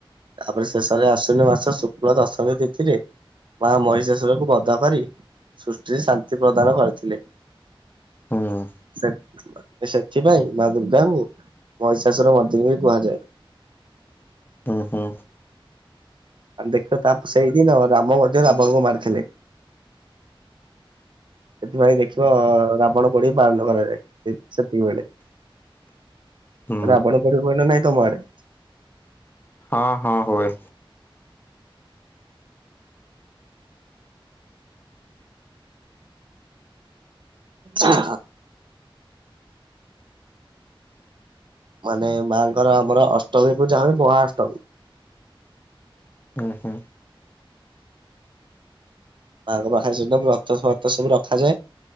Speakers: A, on the right; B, on the left.
A: ତାପରେ ଶେଷରେ ଆଶ୍ୱିନ ମାସ ଶୁକ୍ଳ ଦଶମୀ ତିଥିରେ ମା ମହିଷାସୁରକୁ ବଧ କରି ସୃଷ୍ଟିରେ ଶାନ୍ତି ପ୍ରଦାନ କରିଥିଲେ।
B: ହୁଁ
A: ସେ-ସେଥିପାଇଁ ମା ଦୁର୍ଗାଙ୍କୁ ମହିଷାସୁର ମର୍ଦ୍ଦିନୀ ବି କୁହାଯାଏ।
B: ହୁଁ ହୁଁ।
A: ଦେଖିବ ତା ସେଇଦିନ ରାମ ମଧ୍ୟ ରାବଣଙ୍କୁ ମାରିଥିଲେ। ସେଥିପାଇଁ ଦେଖିବ- ଅ -ଅ ରାବଣ ପୋଡି ପାଳନ କରାଯାଏ ସେ ସେତିକି ବେଳେ।
B: ହୁଁ
A: ରାବଣ ପୋଡ଼ି ହୁଏ ନା ନାଇଁ ତମ ଆଡ଼େ।
B: ହଁ ହଁ ହୁଏ।
A: ଆଚ୍ଛା ମାନେ ମାଙ୍କର ଆମର ଅଷ୍ଟମୀ ପୂଜା ହୁଏ ମହାଷ୍ଟମୀ।
B: ହୁଁ ହୁଁ।
A: ମାଙ୍କ ପାଖରେ ସେ ଦିନ ବ୍ରତ ଫ୍ରତ ସବୁ ରଖାଯାଏ